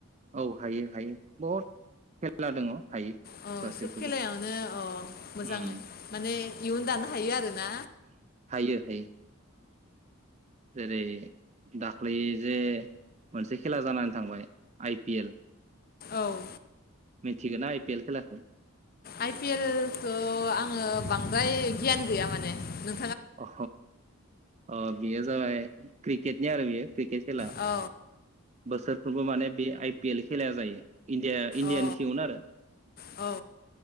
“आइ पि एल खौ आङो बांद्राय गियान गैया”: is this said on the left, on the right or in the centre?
Left